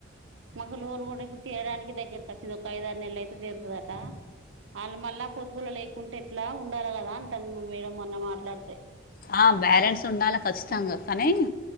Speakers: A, on the right; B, on the left.
A: మాకు లోన్ కూడా ఇప్పుడు తీయడానికి దగ్గరకి వచ్చింది ఒక ఐదు ఆరు నెల్లు అయితే తీరుతుందట వాళ్ళు మళ్ళా పొతుపుల్లలు లేకుంటే ఉండాల కదా అంటాను మా మేడం మొన్న మాట్లాడితే
B: ఆ బ్యాలెన్స్ ఉండాలి ఖచ్చితంగా కానీ